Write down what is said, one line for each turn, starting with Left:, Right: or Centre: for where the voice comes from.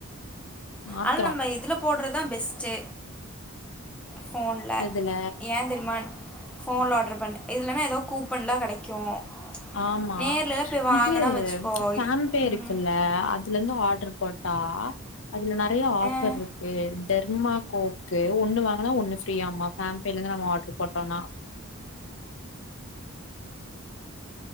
Left: மாத்துறோ
Centre: ஆனால் நம்ம இதில்ல போடுறதான் பெஸ்ட்டு போஃன்ல
Left: எதுல
Centre: ஏங்க ரிமான் ஃபோன்ல்ல ஆர்டர் பண்ண இல்லன்னா எதாவது கூப்பன்லாம் கிடைக்கும்
Left: ஆமா
Centre: நேர்லலாம் போய் வாங்கினா
Left: இது
Centre: வச்சுக்கோ
Left: ஃபேன்பே
Centre: ம்,
Left: இருக்குல்ல அதுல இருந்து ஆர்டர் போட்டா அதுல நிறைய ஆஃபர்
Centre: ஆ
Left: இருக்கு டெர்மா கோக்கு ஒன்னு வாங்குனா ஒன்னு ஃப்ரீய ஆம்மா ஃபேன்பேலருந்து நம்ம ஆர்ட்ரு போட்டோம்னா